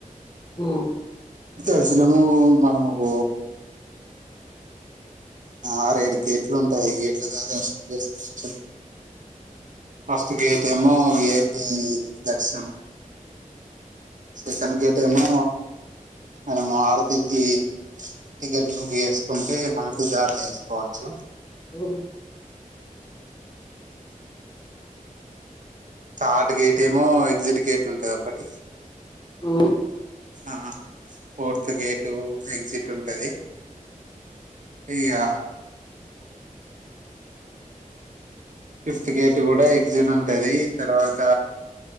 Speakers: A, on the left (about 30°); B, on the right (about 65°).
A: ఆ
B: దర్శనము మనము <unintelligible> ఆరేడు గేట్లు ఉంటాయి గేట్లు ద ద చేసుకోవచ్చ ఫస్ట్ గేట్ ఏమో విఐపి దర్శనము సెకండ్ గేట్ ఏమో మనము ఆరతికి టికెట్లు బుక్ చేసుకుంటే ఆరతి ధారనా చేసుకోవచ్చు
A: ఉమ్
B: థర్డ్ గేట్ ఏమో ఎగ్జిట్ గేట్ ఉంటుంది ఒకటి
A: ఉమ్
B: ఆ ఫోర్త్ గేటు ఎగ్జిట్ ఉంటది ఇగా ఫిఫ్త్ గేట్ కూడా ఎగ్జిట్ ఉంటుంది తర్వాత